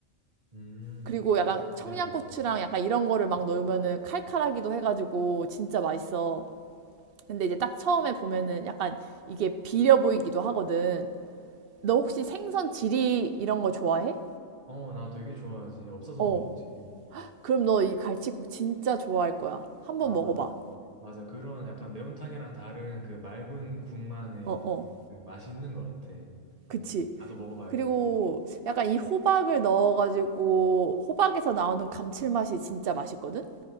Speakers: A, on the right (about 30°); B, on the right (about 55°).
A: 음,
B: 그리고
A: 어,
B: 약간 청양고추랑
A: 기대돼.
B: 약간 이런 거를 막 넣으면은 칼칼하기도 해가지고 진짜 맛있어. 근데 이제 딱 처음에 보면은 약간 이게 비려 보이기도 하거든. 너 혹시 생선 지리 이런 거 좋아해?
A: 어, 나 되게 좋아하지. 없어서
B: 어.
A: 못 먹지.
B: 그럼 너 이 갈치국 진짜 좋아할 거야. 한번
A: 아,
B: 먹어봐.
A: 나도. 맞아. 그런 약간 매운탕이랑 다른 그 맑은 국만의
B: 어, 어.
A: 그 맛이 있는 것 같아. 한번
B: 그치.
A: 가서 먹어봐야겠네.
B: 그리고 약간 이 호박을 넣어가지고 호박에서 나오는 감칠맛이 진짜 맛있거든?